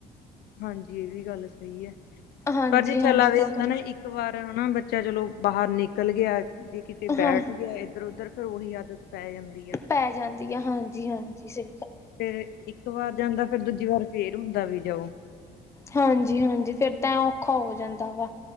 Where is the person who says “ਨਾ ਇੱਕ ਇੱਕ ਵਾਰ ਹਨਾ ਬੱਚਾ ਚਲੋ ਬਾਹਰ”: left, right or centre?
Left